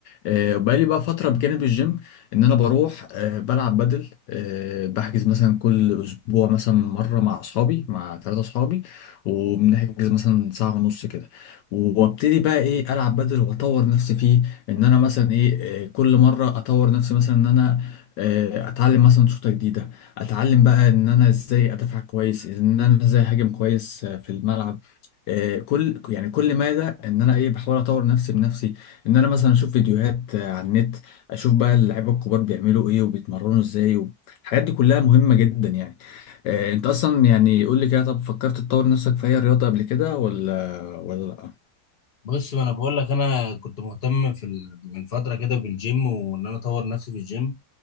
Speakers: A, on the left; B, on the left.
A: آه، بقالي بقى فترة بجانب الجيم إن أنا بروح آه، بلعب بدل آه، بحجز مثلا كل أسبوع مثلا مرة مع أصحابي مع ثلاثة أصحابي وبنحجز مثلا ساعة ونص كده وأبتدي بقى إيه ألعب بدل وأطور نفسي فيه إن أنا مثلا إيه آه، كل مرة أطور نفسي مثلا إن أنا آه، أتعلم مثلا شوطة جديدة أتعلم بقى إن أنا إزاي أدافع كويس إن أنا إزاي أهاجم كويس آه، في الملعب آه، كل يعني كل مادة ان انا ايه بحاول اطور نفسي بنفسي ان انا مثلا اشوف فيديوهات آه، على النت اشوف بقى اللعيبه الكبار بيعملوا ايه وبيتمرنوا ازاي و... الحاجات دي كلها مهمه جدا يعني آه، انت اصلا يعني قول لي كده طب فكرت تطور نفسك في اي رياضه قبل كده ولا ولا لا
B: بص ما انا بقول لك انا كنت مهتم في ال... من فتره كده بالجيم وان انا اطور نفسي في الجيم